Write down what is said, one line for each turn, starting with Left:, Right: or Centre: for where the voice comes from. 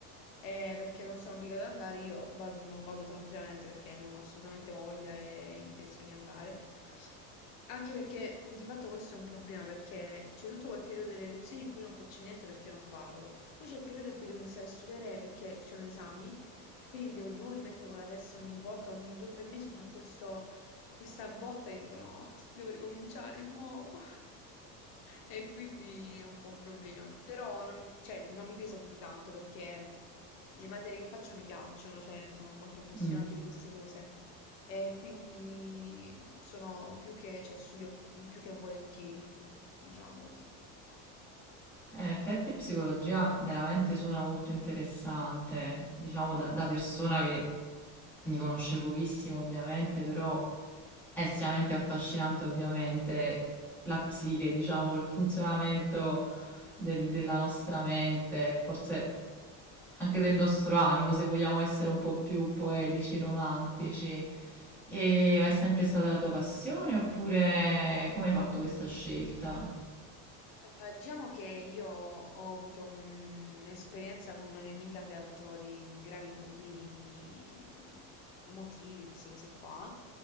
Left: Eh, perché non sono obbligata ad andare, io va- non vado tranquillamente perché non ho assolutamente voglia e intenzione di andare. Anche perché di fatto questo è un problema, perché c'è tutto quel periodo delle lezioni in cui non faccio niente perché non vado. Poi c'è il periodo in cui devo iniziare a studiare perché ci sono gli esami e quindi mi devo di nuovo rimettere con la testa ogni volta, ogni due o tre mesi c'è questo questa botta e dicono: "Oh, devo ricominciare di nuovo". <laughs> E quindi è un po' un problema. Però non, cioè, non mi pesa più di tanto perché le materie che faccio mi piacciono, cioè, sono molto appassionata
Centre: mm.
Left: di queste cose. E quindi sono più che, cioè, studio più che volentieri, diciamo di sì.
Centre: Eh, In effetti psicologia veramente suona molto interessante, diciamo da, da persona che ne conosce pochissimo ovviamente, però è estremamente affascinante ovviamente la psiche, diciamo, il funzionamento del- della nostra mente, forse anche del nostro animo, se vogliamo essere un po' più poetici, romantici. E, ma è sempre stata la tua passione oppure come hai fatto questa scelta?
Left: Eh, diciamo che io ho avuto un- un'esperienza con una mia amica che ha avuto dei gravi problemi emotivi, queste cose qua,